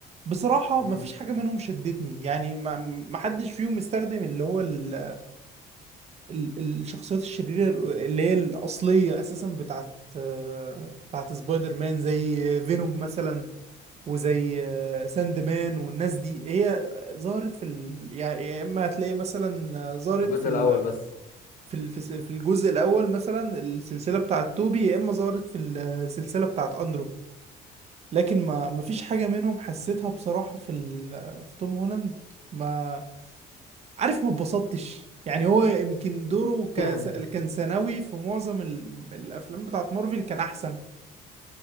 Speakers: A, on the right (about 40°); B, on the left (about 50°).
A: بصراحه
B: مم.
A: ما فيش حاجه منهم شدتني يعني ما ما حدش فيهم استخدم اللي هو ال ال- الشخصيات الشريرة اللي هي الأصلية أساسا بتاعت آه، بتاعت سبايدر مان زي فينوم مثلا وزي آه، ساند مان والناس دي هي ظهرت في ال... يعني يا إما هتلاقي مثلا آه، ظهرت
B: <laughs> في الجزء
A: في ال...
B: الاول بس
A: في ال... في س- في الجزء الأول مثلا السلسلة بتاعت توبي يا إما ظهرت في السلسلة بتاعت أندرو لكن ما ما فيش حاجة منهم حسيتها بصراحة في ال... في توم هولاند ما عارف ما اتبسطتش يعني هو يمكن دوره كس...
B: <laughs>
A: كان ثانوي في معظم ال... الافلام بتاعت مارفل كان احسن